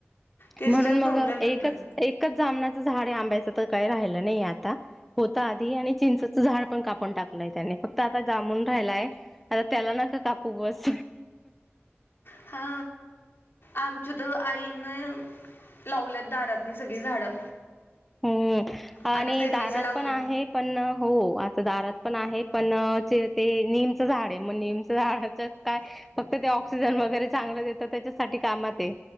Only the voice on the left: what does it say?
तेच
तर प्रॉब्लेम
होतोय
हा आमच्या तर आईन लावल्यात दारातनी सगळी झाडं
आता पेरवीचं
लावले